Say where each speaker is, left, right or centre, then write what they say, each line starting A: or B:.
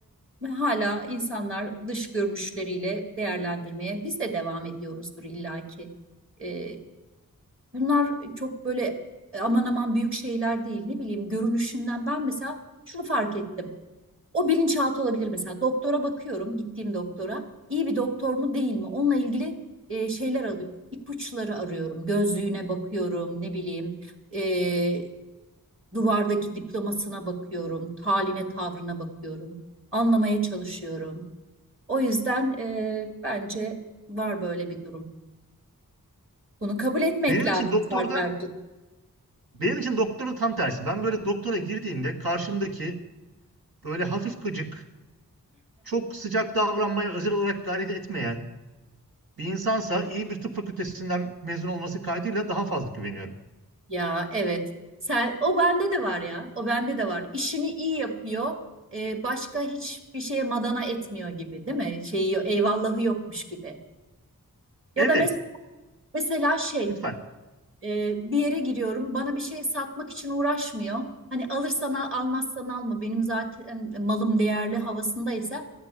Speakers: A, on the right (about 35°); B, on the right (about 80°).
A: ve hala insanlar dış görünüşleriyle değerlendirmeye biz de devam ediyoruzdur illaki. Ee, bunlar çok böyle aman aman büyük şeyler değil ne bileyim görünüşünden ben mesela şunu fark ettim. O bilinçaltı olabilir mesela doktora bakıyorum gittiğim doktora iyi bir doktor mu değil mi onunla ilgili e, şeyler alıyor ipuçları arıyorum gözlüğüne bakıyorum ne bileyim e, duvardaki diplomasına bakıyorum, taline tavrına bakıyorum, anlamaya çalışıyorum. O yüzden e, bence var böyle bir durum. Bunu kabul etmek
B: Benim
A: lazım
B: için doktorda,
A: Sarper'cim.
B: benim için doktorda tam tersi. Ben böyle doktora girdiğimde karşımdaki böyle hafif gıcık, çok sıcak davranmaya özel olarak gayret etmeyen, bir insansa iyi bir tıp fakültesinden mezun olması kaydıyla daha fazla güveniyorum.
A: Ya evet. Sen, o bende de var ya. O bende de var. İşini iyi yapıyor. e, başka hiçbir şeye madana etmiyor gibi değil mi? Şeyi, eyvallahı yokmuş gibi. Ya
B: Evet.
A: da mes- mesela şey
B: Lütfen.
A: Ee, bir yere giriyorum. Bana bir şey satmak için uğraşmıyor. Hani alırsan al, almazsan alma. Benim zaten malım değerli havasındaysa